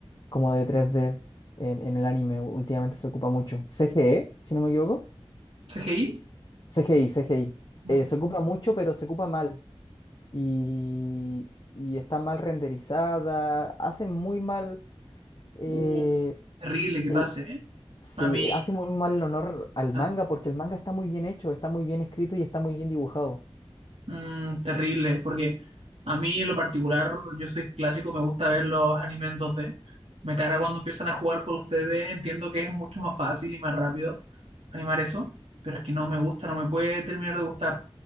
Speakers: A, on the left; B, on the right.
A: como de tres d en, en el anime? Últimamente se ocupa mucho. CGE, si no me equivoco.
B: ¿CGI?
A: CGI, CGI.
B: Mm.
A: Eh, se ocupa mucho, pero se ocupa mal. Y, y está mal renderizada, hace muy mal... eh,
B: Uh, terrible que
A: el-
B: pase, ¿eh?
A: Sí,
B: A mí,
A: hace
B: a
A: muy
B: mí,
A: mal el honor al
B: ah,
A: manga porque el manga está muy bien hecho, está muy bien escrito y está muy bien dibujado.
B: mm, terrible, porque a mí en lo particular, yo soy clásico, me gusta ver los animes en dos d Me carga cuando empiezan a jugar con los 3D, entiendo que es mucho más fácil y más rápido animar eso, pero es que no me gusta, no me puede terminar de gustar.